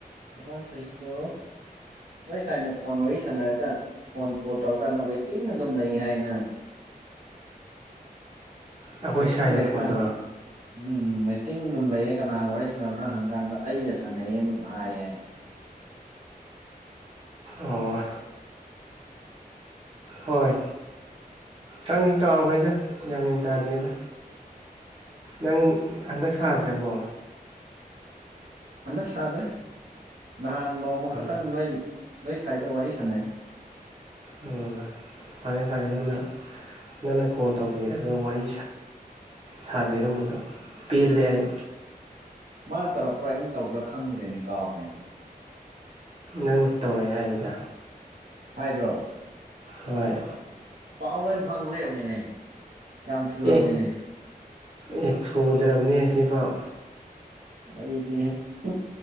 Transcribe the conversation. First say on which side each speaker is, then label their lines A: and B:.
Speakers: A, on the right; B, on the right.
A: ꯃꯃꯥꯡ ꯆꯥꯍꯤꯗꯣ ꯅꯣꯏ ꯁꯥꯥꯏꯅ ꯐꯣꯟ ꯋꯥꯔꯤ ꯁꯥꯟꯅꯔꯒ ꯐꯣꯟ ꯀꯣꯜ ꯇꯧꯔꯥꯀꯥꯟꯗ ꯋꯦꯇꯤꯡ ꯑꯗꯨꯝ ꯂꯩꯌꯦ ꯍꯥꯏꯌꯦ ꯅꯪ
B: ꯑꯩꯈꯣꯏ
A: ꯋꯦꯇꯤꯡ
B: ꯁꯥꯏꯅ
A: ꯂꯩꯔꯤꯀꯥꯟ
B: ꯐꯣꯟ ꯇꯧꯔꯛ
A: ꯎꯝ ꯋꯦꯇꯤꯡ ꯑꯗꯨꯝ ꯂꯩꯌꯦ ꯀꯅꯥꯒ ꯋꯥꯔꯤ ꯁꯥꯟꯅꯕꯅꯣ ꯍꯪꯀꯥꯟꯗ ꯑꯩꯒ ꯁꯥꯟꯅꯩꯌꯦ ꯑꯗꯨꯝ ꯍꯥꯏꯌꯦ ꯍꯥꯏꯅꯤ
B: ꯑꯣ ꯍꯣꯏ ꯀꯪꯒꯤ ꯀꯥꯎꯈ꯭ꯔꯤꯗ ꯌꯥꯃꯤꯟ ꯇꯥꯗ꯭ꯔꯤꯗ ꯅꯪ ꯍꯟꯗꯛ ꯁꯥꯗ꯭ꯔꯕꯣ
A: ꯍꯟꯗꯛ ꯁꯥꯗ꯭ꯔꯦ ꯅꯍꯥꯟ ꯅꯣꯡꯃ
B: ꯑꯣ
A: ꯈꯛꯇꯪ ꯅꯣꯏ ꯅꯣꯏ ꯁꯥꯏꯗꯣ ꯋꯥꯔꯤ ꯁꯥꯟꯅꯩ
B: ꯑꯣ ꯐꯔꯦ ꯐꯔꯦ ꯅꯪꯅ ꯅꯪꯅ ꯀꯣꯜ ꯇꯧꯕꯤꯔꯦ ꯑ ꯋꯥꯔꯤ ꯁꯥꯕꯤꯔꯝꯕꯗꯣ ꯄꯦꯜꯂꯦ ꯑꯩ
A: ꯃꯥꯅ ꯇꯧꯔꯛꯄ꯭ꯔꯥ ꯑꯩꯅ ꯇꯧꯕ꯭ꯔꯥ ꯈꯪꯗ꯭ꯔꯦꯅꯦ ꯀꯥꯎꯈ꯭ꯔꯦꯅꯦ
B: ꯅꯪꯅ ꯇꯧꯔꯛꯑꯦ ꯍꯥꯏꯗ
A: ꯍꯥꯏꯕ꯭ꯔꯣ
B: ꯍꯣꯏ
A: ꯄꯥꯎ ꯂꯣꯏ ꯐꯪ ꯂꯩꯔꯝꯃꯤꯅꯦ ꯌꯥꯝ ꯊꯨꯔꯝꯃꯤꯅꯦ
B: ꯑꯦ ꯑꯦ ꯊꯨꯗ꯭ꯔꯕꯅꯤ ꯁꯤꯐꯥꯎ
A: ꯑꯩꯗꯤ ꯍꯝ